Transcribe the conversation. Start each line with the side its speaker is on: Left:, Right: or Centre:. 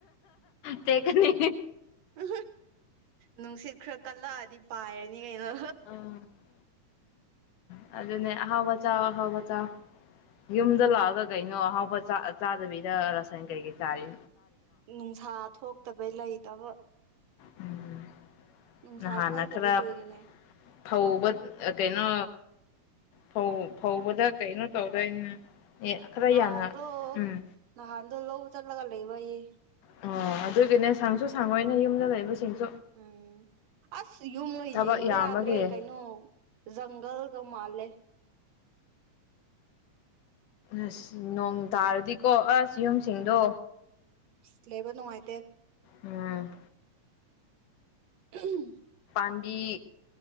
Left: ꯇ ꯀꯅꯤ
Right: ꯎ ꯅꯨꯡꯁꯤꯠ ꯈꯔ ꯀꯜꯂꯛꯑꯗꯤ ꯄꯥꯏꯔꯅꯤ ꯀꯩꯅꯣ
Left: ꯑꯥ ꯑꯗꯨꯅꯦ ꯑꯍꯥꯎꯕ ꯆꯆꯥ ꯑꯍꯥꯎꯕ ꯆꯥ ꯌꯨꯝꯗ ꯂꯥꯛꯑꯒ ꯀꯩꯅꯣ ꯑꯍꯥꯎꯕ ꯆꯥꯗꯕꯤ ꯔꯁꯥꯥꯏꯅ ꯀꯩꯒꯤꯩ ꯆꯥꯔꯤ
Right: ꯅꯨꯡꯁꯥ ꯊꯣꯛꯇꯕꯩ ꯂꯩꯇꯕ
Left: ꯎꯝ
Right: ꯅꯨꯡꯁꯥ
Left: ꯅꯍꯥꯟꯅ
Right: ꯊꯣꯛꯇꯕ
Left: ꯈꯔ
Right: ꯀꯨꯏꯔꯦꯅꯦ
Left: ꯐꯧꯕ ꯀꯩꯅꯣ ꯐꯧ ꯐꯧꯕꯗ ꯀꯩꯅꯣ ꯇꯧꯗꯣꯏꯅꯦ ꯑꯦ ꯈꯔ
Right: ꯅꯍꯥꯟꯗ
Left: ꯌꯥꯝꯅ ꯎꯝ
Right: ꯅꯍꯥꯟꯗ ꯂ ꯎ ꯆꯔꯂꯒ ꯂꯩꯕꯌꯦ
Left: ꯑꯣ ꯑꯗꯨꯒꯤꯅꯦ ꯁꯪꯁꯨ ꯁꯪꯉꯣꯏꯅ ꯌꯨꯝꯗ ꯂꯩꯕꯁꯤꯡꯁ
Right: ꯑ ꯑꯁ ꯌꯨꯝꯅ
Left: ꯊꯕꯛ
Right: ꯌꯦꯡꯕ
Left: ꯌꯥꯝꯕꯒꯤ
Right: ꯌꯥꯗ꯭ꯔꯦ ꯀꯩꯅꯣ ꯖꯪꯒꯜꯒ ꯃꯥꯜꯂꯦ
Left: ꯑꯁ ꯅꯣꯡ ꯇꯥꯔꯗꯤꯀꯣ ꯑꯁ ꯌꯨꯝꯁꯤꯡꯗꯣ
Right: ꯁ꯭ꯂꯦꯕ ꯅꯨꯡꯉꯥꯏꯇꯦ
Left: ꯎꯝ
Right: <inaudible>
Left: ꯄꯥꯝꯕꯤ